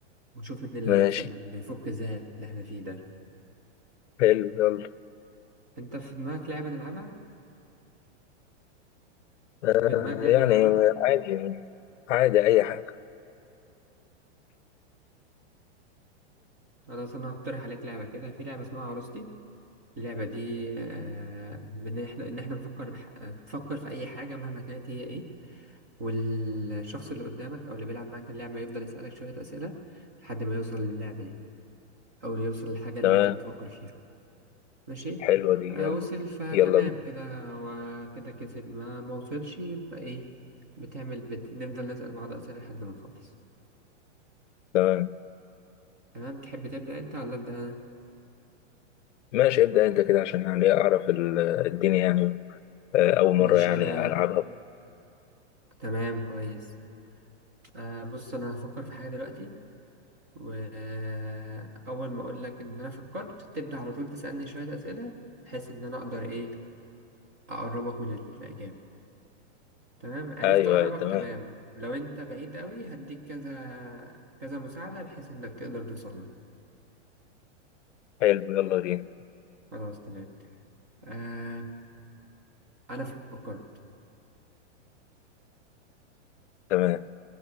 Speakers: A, on the right; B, on the left.
A: ونشوف مين اللي
B: ماشي
A: هيكسب نفك الزهق اللي احنا فيه ده
B: حلو يلا
A: انت في دماغك لعبة نلعبها
B: آه
A: في دماغك لعبة
B: يعني
A: نلعبها
B: عادي عادي اي حاجه
A: خلاص انا هقترح عليك لعبة كده في لعبة اسمها عروستي اللعبة دي آه، بإن إحنا إن إحنا نفكر بح... آه، تفكر في أي حاجة مهما كانت هي إيه والشخص اللي قدامك أو اللي بيلعب معاك اللعبة يفضل يسألك شوية أسئلة لحد ما يوصل للعبة دي أو يوصل للحاجة اللي
B: تمام
A: أنت بتفكر فيها ماشي
B: حلوه دي
A: آه،
B: يلا
A: وصل فتمام
B: يلا بينا
A: كده وكده كسب ما ما وصلش يبقى إيه بتعمل بت... نفضل نسأل بعض أسئلة لحد ما نخلص
B: تمام
A: تمام تحب تبدأ أنت ولا أبدأ أنا؟
B: ماشي ابدا انت كده عشان يعني اعرف ال- الدنيا يعني آه اول
A: ماشي
B: مره يعني
A: أنا
B: العبها
A: تمام كويس آه بص أنا هفكر في حاجة دلوقتي وأول ما أقول لك إن أنا فكرت تبدأ على طول تسألني شوية أسئلة بحيث إن أنا أقدر إيه أقربك من الإجابة تمام عرفت
B: ايوه
A: أقربك
B: أيوة، تمام
A: تمام لو أنت بعيد أوي هديك كذا كذا مساعدة بحيث إنك تقدر توصل لها
B: حلو يلا بينا
A: خلاص تمام آه أنا فكرت
B: تمام